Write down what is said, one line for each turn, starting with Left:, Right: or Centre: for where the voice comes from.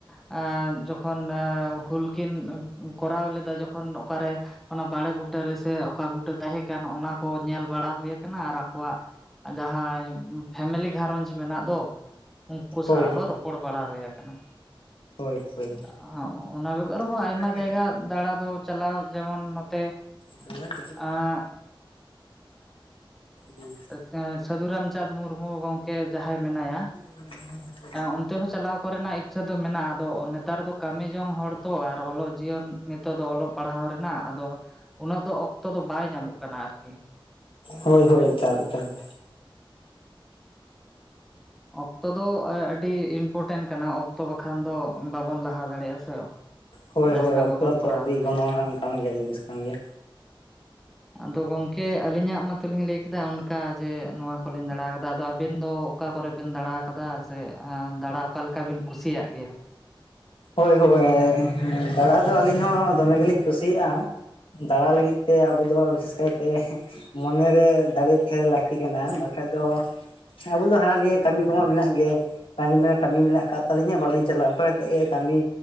Centre: ᱟ ᱡᱚᱠᱷᱚᱱ ᱦᱩᱞ ᱠᱤᱱ ᱠᱚᱨᱟᱣ ᱞᱮᱫᱟ ᱡᱚᱠᱷᱚᱱ ᱚᱠᱟᱨᱮ ᱚᱱᱟ ᱵᱟᱲᱮ ᱵᱩᱴᱟᱹ ᱨᱮᱥᱮ ᱚᱠᱟ ᱵᱩᱴᱟᱹ ᱛᱟᱦᱮᱸᱠᱟᱱ ᱚᱱᱟ ᱠᱚ ᱧᱮᱞ ᱵᱟᱲᱟ ᱦᱩᱭ ᱠᱟᱱᱟ ᱟᱨ ᱟᱠᱚᱣᱟᱜ ᱡᱟᱸᱦᱟᱭ ᱯᱷᱮᱢᱮᱞᱤ ᱜᱷᱟᱨᱚᱸᱡᱽ ᱢᱮᱱᱟᱜ ᱫᱚ ᱩᱱᱠᱩ
Left: ᱦᱳᱭ
Centre: ᱥᱟᱶ
Left: ᱦᱳᱭ
Centre: ᱦᱚᱸ ᱨᱚᱯᱚᱲ ᱵᱟᱲᱟ ᱦᱩᱭ ᱟᱠᱟᱱᱟ᱾
Left: ᱦᱳᱭ ᱦᱳᱭ
Centre: ᱟ ᱚᱱᱟ ᱵᱮᱜᱚᱨ ᱦᱚᱸ
Left: ᱚᱱᱠᱟ
Centre: ᱟᱭᱢᱟ
Left: ᱜᱮ
Centre: ᱡᱟᱭᱜᱟ ᱫᱟᱬᱟ ᱫᱚ ᱪᱟᱞᱟᱣ ᱡᱮᱢᱚᱱ ᱱᱚᱛᱮ
Left: <unintelligible> ᱴᱩᱰᱟᱹᱜ
Centre: ᱟᱸ
Left: <unintelligible>
Centre: ᱮᱸᱫ ᱥᱟᱹᱫᱷᱩ ᱨᱟᱢᱪᱟᱸᱫᱽ ᱢᱩᱨᱢᱩ ᱜᱚᱝᱠᱮ ᱡᱟᱦᱟᱸᱭ ᱢᱮᱱᱟᱭᱟ
Left: <inaudible>
Centre: ᱚᱱᱛᱮ ᱦᱚᱸ ᱪᱟᱞᱟᱣ ᱠᱚᱨᱮᱱᱟᱜ ᱤᱪᱪᱷᱟ ᱫᱚ ᱢᱮᱱᱟᱜᱼᱟ ᱟᱫᱚ ᱱᱮᱛᱟᱨ ᱫᱚ ᱠᱟᱹᱢᱤ ᱡᱚᱝ ᱦᱚᱲ ᱛᱚ ᱟᱨ ᱚᱞᱚᱜ ᱡᱤᱭᱚᱱ ᱱᱤᱛᱚᱜ ᱫᱚ ᱚᱞᱚᱜ ᱯᱟᱲᱦᱟᱣ ᱨᱮᱱᱟᱜ ᱟᱫᱚ ᱩᱱᱟᱹᱜ ᱫᱚ ᱚᱠᱛᱚ ᱫᱚ ᱵᱟᱭ ᱧᱟᱢᱚᱜ ᱠᱟᱱᱟ ᱟᱨᱠᱤ
Left: ᱦᱳᱭ ᱦᱳᱭ ᱪᱟᱞ ᱪᱟᱞ
Centre: ᱚᱠᱛᱚ ᱫᱚ ᱟᱹᱰᱤ ᱤᱱᱯᱚᱴᱮᱱ ᱠᱟᱱᱟ ᱚᱠᱛᱚ ᱵᱟᱠᱷᱟᱱ ᱫᱚ ᱵᱟᱵᱚᱱ ᱞᱟᱦᱟ ᱫᱟᱲᱮᱭᱟᱜᱼᱟ ᱥᱮ
Left: ᱦᱳᱭ
Centre: ᱡᱟᱦᱟᱱᱟᱜ
Left: ᱦᱳᱭ ᱚᱠᱛᱚ
Centre: ᱵᱟᱵᱚᱱ
Left: ᱛᱚ
Centre: ᱠᱚᱨᱟᱣ
Left: ᱟᱹᱰᱤ
Centre: ᱫᱟᱲᱮᱭᱟᱜᱼᱟ
Left: ᱜᱚᱱᱚᱝ ᱟᱱ ᱠᱟᱱ ᱜᱮᱭᱟ ᱡᱤᱱᱤᱥ ᱠᱟᱱ ᱜᱮᱭᱟ
Centre: ᱟᱫᱚ ᱜᱚᱝᱠᱮ ᱟᱹᱞᱤᱧᱟᱜ ᱢᱟᱛᱚᱞᱤᱧ ᱞᱟᱹᱭ ᱠᱮᱫᱟ ᱚᱱᱠᱟ ᱡᱮ ᱱᱚᱣᱟ ᱠᱚᱞᱤᱧ ᱫᱟᱬᱟ ᱟᱠᱟᱫᱟ ᱟᱫᱚ ᱟᱵᱤᱱ ᱫᱚ ᱚᱠᱟ ᱠᱚᱨᱮ ᱵᱮᱱ ᱫᱟᱬᱟ ᱟᱠᱟᱫᱟ ᱥᱮ ᱫᱟᱬᱟ ᱚᱠᱟᱞᱮᱠᱟ ᱵᱤᱱ ᱠᱩᱥᱤᱭᱟᱜ ᱜᱮᱭᱟ
Left: ᱦᱳᱭ ᱦᱳᱭ ᱫᱟᱬᱟ ᱫᱚ ᱟᱹᱞᱤᱧ ᱦᱚᱸ ᱫᱚᱢᱮ ᱜᱮᱞᱤᱧ ᱠᱩᱥᱤᱭᱟᱜᱼᱟ ᱫᱟᱬᱟ ᱞᱟᱹᱜᱤᱫ ᱛᱮ ᱟᱵᱚ ᱫᱚ ᱵᱤᱥᱮᱥ ᱠᱟᱭᱛᱮ ᱢᱚᱱᱮᱨᱮ ᱫᱟᱲᱮ ᱛᱟᱦᱮᱸ ᱞᱟᱹᱠᱛᱤ ᱠᱟᱱᱟ ᱵᱟᱠᱷᱟᱡ ᱫᱚ ᱟᱵᱚ ᱫᱚ ᱦᱟᱱᱟ ᱱᱤᱭᱟᱹ ᱠᱟᱹᱢᱤ ᱠᱚᱢᱟ ᱢᱮᱱᱟᱜ ᱜᱮ ᱠᱟᱹᱢᱤ ᱢᱟᱱᱮ ᱠᱟᱹᱢᱤ ᱢᱮᱱᱟᱜ ᱟᱠᱟᱫ ᱛᱟᱹᱞᱤᱧᱟ ᱵᱟᱹᱞᱤᱧ ᱪᱟᱞᱟᱜᱼᱟ ᱚᱱᱠᱟ ᱠᱟᱛᱮᱜ ᱠᱟᱹᱢᱤ